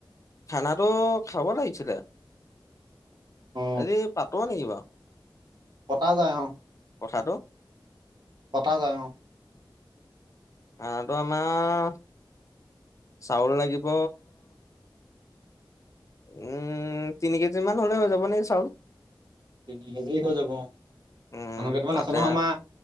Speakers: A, on the left; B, on the right.
A: খানাটো খাব লাগিছিলে
B: অ
A: আজি পাতো নেকি বাৰু
B: পতা যায় অ।
A: কথাটো
B: পতা যায় অ
A: খানাটো আমাৰ চাউল লাগিব, উম তিনি কেজি মান হ'লে হৈ যাব নিকি চাউল
B: তিনি কেজি হৈ যাব অ
A: উম
B: মানুহ কেইটামান
A: তাতে
B: আছে নহয় আমাৰ